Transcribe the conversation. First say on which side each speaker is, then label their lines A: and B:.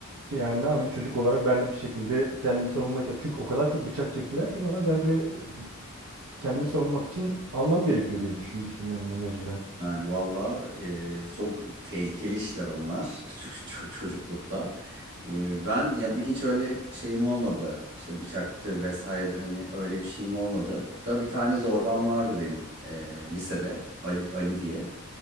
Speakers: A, on the right (about 75°); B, on the right (about 50°).
A: Ki Yani ne yapayım çocuk olarak ben de bir şekilde kendimi savunmaya... çalıştım. Çünkü o kadar çok bıçak çektiler ki bana ben de ee, kendimi savunmak için almam gerekiyor diye düşünmüştüm yanıma mecburen.
B: Yani valla e, çok tehlikeli işler onlar <laughs> Ç- ç- çocuklukta. E, ben ya hiç öyle şeyim olmadı. İşte bıçaktır vesairedir hani öyle bir şeyim olmadı. Da bir tane zorbam vardı benim e, lisede Ali, Ali diye.